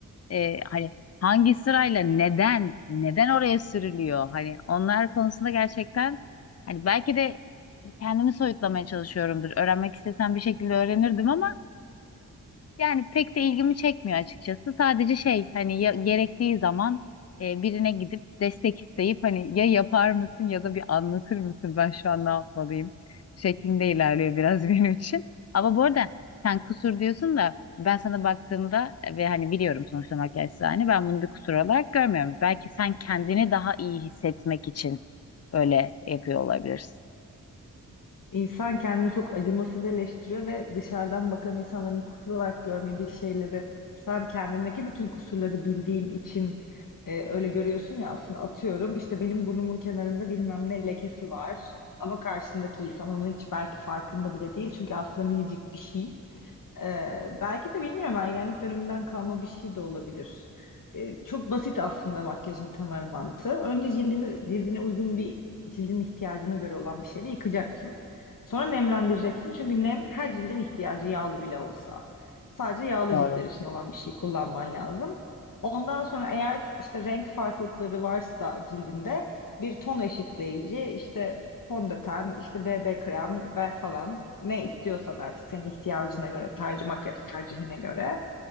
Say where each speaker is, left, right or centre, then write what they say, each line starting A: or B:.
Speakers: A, on the left; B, on the left.
A: e, hani hangi sırayla neden neden oraya sürülüyor? Hani onlar konusunda gerçekten hani belki de kendimi soyutlamaya çalışıyorumdur. Öğrenmek istesem bir şekilde öğrenirdim ama yani pek de ilgimi çekmiyor açıkçası. Sadece şey hani ya, gerektiği zaman e, birine gidip destek isteyip hani ya yapar mısın ya da bir anlatır mısın ben şu an ne yapmalıyım şeklinde ilerliyor biraz <laughs> benim için. Ama bu arada sen kusur diyorsun da ben sana baktığımda e, ve hani biliyorum sonuçta makyajsa hani ben bunu bir kusur olarak görmüyorum. Belki sen kendini daha iyi hissetmek için böyle yapıyor olabilirsin.
B: İnsan kendini çok acımasız eleştiriyor ve dışarıdan bakan insanların kusur olarak görmediği şeyleri sen kendindeki bütün kusurları bildiğin için e, öyle görüyorsun ya aslında atıyorum işte benim burnumun kenarında bilmem ne lekesi var ama karşımdaki insan onun hiç belki farkında bile değil çünkü aslında minicik bir şey. Ee, belki de bilmiyorum ergenlik döneminden kalma bir şey de olabilir. Ee, çok basit aslında makyajın temel mantığı. Önce cildini, cildine uygun bir cildin ihtiyacına göre olan bir şeyle yıkacaksın. Sonra nemlendireceksin. Çünkü nem her cildin ihtiyacı yağlı bile olsa. Sadece yağlı
A: Doğru.
B: ciltler için olan bir şey kullanman lazım. Ondan sonra eğer işte renk farklılıkları varsa cildinde bir ton eşitleyici işte fondöten, işte BB krem ve falan ne istiyorsan artık senin ihtiyacına göre, tercih makyaj tercihine göre.